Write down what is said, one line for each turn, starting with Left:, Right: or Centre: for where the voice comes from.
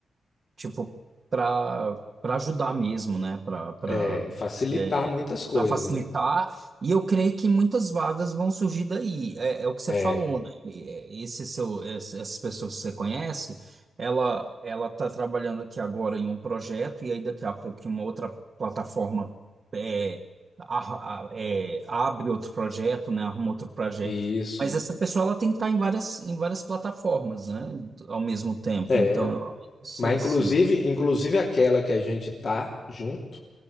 Right: tipo, para para ajudar mesmo, né? Para para
Left: É, facilitar
Right: é,
Left: muitas coisas,
Right: para facilitar.
Left: né?
Right: E eu creio que muitas vagas vão surgir daí. É, é o que você
Left: É,
Right: falou, né? E- é, Esse seu, esse- essas pessoas que você conhece, ela ela está trabalhando aqui agora em um projeto e aí daqui a pouco em uma outra plataforma é, a- a- é, abre outro projeto, né? Arruma outro projeto.
Left: isso.
Right: Mas essa pessoa ela tem que estar em várias, em várias plataformas, né? Ao mesmo tempo.
Left: É.
Right: Então, eu Sei
Left: Mas inclusive,
Right: se.
Left: inclusive aquela que a gente tá junto